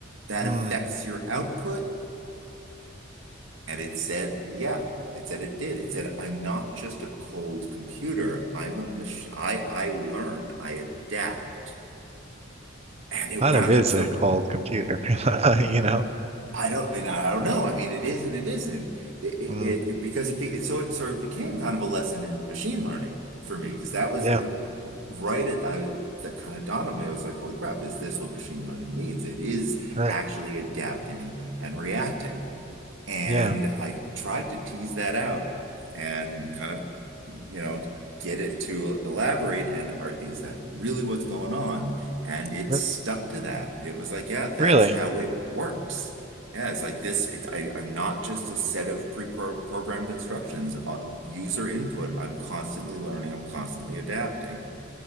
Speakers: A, on the right; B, on the right.
A: that
B: Mm.
A: affects your output? And it said, yeah. It said it did. It said, I'm not just a cold computer. I'm a machine. I, I learn. I adapt and it
B: Kind
A: wound
B: of is
A: up so
B: a cold computer, <laughs> you know?
A: I don't and I don't know. I mean, it is and it isn't. It, it,
B: Mm,
A: it it- because it, be, it so it sort of became kind of a lesson in machine learning for me because that was
B: yeah,
A: uh, right at I that kind of dawned on me. I was like, holy crap, is this what machine learning means? It is
B: right.
A: actually adapting and reacting. And
B: Yeah.
A: I tried to tease that out and kind of, you know, get it to elaborate and are, is that really
B: mm,
A: what's going on? And it
B: But
A: stuck to that. It was like, yeah, that's
B: Really?
A: how it works. Yeah, it's like this. It, I, I'm not just a set of pre-programmed instructions, uh, user input. I'm constantly learning. I'm constantly adapting.